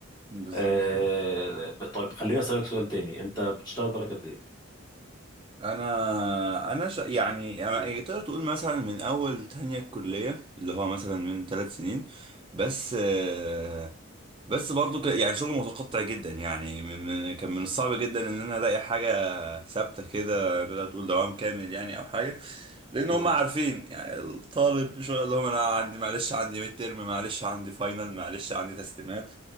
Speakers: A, on the right; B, on the left.
A: بالظبط
B: آه، ب- طيب خليني أسألك سؤال تاني انت بتشتغل بالك قد ايه؟
A: انا انا ش... يعني انا تقدر تقول مثلا من اول تانية الكلية اللي هو مثلا من ثلاث سنين بس آه، بس برضو ك... يعني شغل متقطع جدا يعني من... من- كان من الصعب جدا ان انا الاقي حاجة ثابتة كده تقدر تقول دوام كامل يعني او حاجة لان
B: مم.
A: هم عارفين يعني الطالب شو اللي هم انا عندي معلش عندي ميد ترم معلش عندي فاينل معلش عندي تسليمات